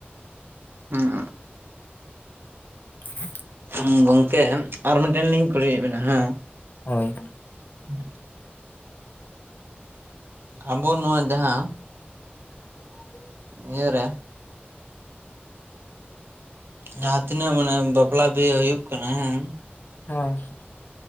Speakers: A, on the right; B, on the left.
A: ᱦᱩᱸ
B: <unintelligible>
A: <unintelligible> ᱜᱚᱝᱠᱮ ᱟᱨ ᱢᱤᱫᱴᱮᱱ ᱞᱤᱧ ᱠᱩᱞᱤᱭᱮᱫ ᱵᱮᱱᱟ ᱦᱮᱸ
B: ᱦᱳᱭ
A: <unintelligible> ᱟᱵᱚ ᱱᱚᱣᱟ ᱡᱟᱦᱟᱸ
B: <unintelligible>
A: ᱤᱭᱟᱹ ᱨᱮ ᱡᱟᱦᱟᱸ ᱛᱤᱱᱟᱹᱜ ᱢᱮᱱᱟ ᱵᱟᱯᱞᱟ ᱵᱤᱦᱟᱹ ᱦᱩᱭᱩᱜ ᱠᱟᱱᱟ ᱦᱮᱸ
B: <unintelligible>